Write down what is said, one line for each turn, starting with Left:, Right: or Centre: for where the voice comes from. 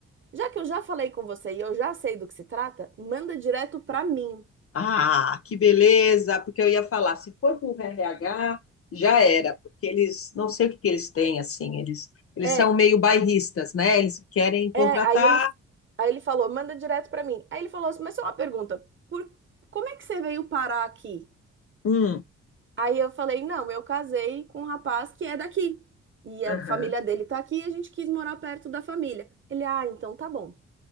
Right: já que eu já falei com você e eu já sei do que se trata, manda direto pra mim.
Left: Ah, que beleza, porque eu ia falar, se for para o RH, já era, porque eles, não sei o que que eles têm, assim, eles, eles
Right: É,
Left: são meio bairristas, né? Eles querem contratar
Right: É, aí ele, aí ele falou, manda direto pra mim. Aí ele falou assim, mas só uma pergunta, por, como é que você veio parar aqui?
Left: um.
Right: Aí eu falei, não, eu casei com um rapaz que é daqui. E a
Left: Aham.
Right: família dele tá aqui e a gente quis morar perto da família. Ele, ah, então tá bom.